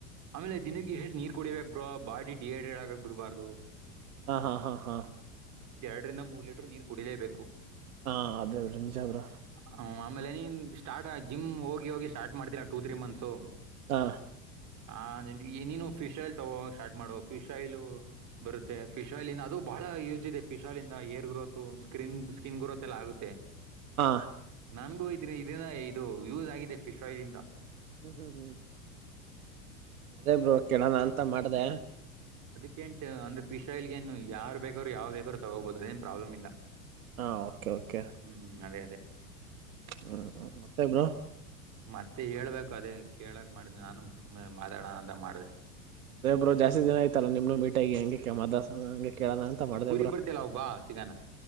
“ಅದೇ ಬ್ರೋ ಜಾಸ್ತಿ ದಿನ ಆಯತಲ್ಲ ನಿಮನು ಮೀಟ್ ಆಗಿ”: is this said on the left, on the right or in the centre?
Right